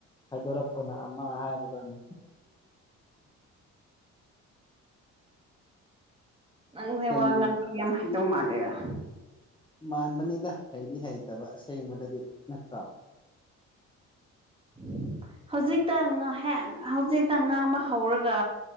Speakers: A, on the left (about 15°); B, on the right (about 20°).
A: ꯍꯥꯏꯗꯣꯔꯛꯄꯅ ꯑꯃ ꯍꯥꯏꯕꯗꯨꯅꯤ
B: ꯅꯪꯖ‌ꯦ
A: ꯁꯨꯝ
B: ꯋꯥꯉꯥꯡꯕꯗꯤ ꯌꯥꯝ ꯍꯩꯗꯧ ꯃꯥꯜꯂꯦꯗ
A: ꯃꯥꯟꯕꯅꯤꯗ ꯍꯩꯗꯤ ꯍꯩꯇꯕ ꯑꯁꯦꯡꯕꯗꯗꯤ ꯅꯠꯇ꯭ꯔꯣ
B: <unintelligible> ꯍꯧꯖꯤꯛꯇꯦꯛ ꯍꯧꯖꯤꯛꯇ ꯉꯥꯡꯕ ꯍꯧꯔꯒ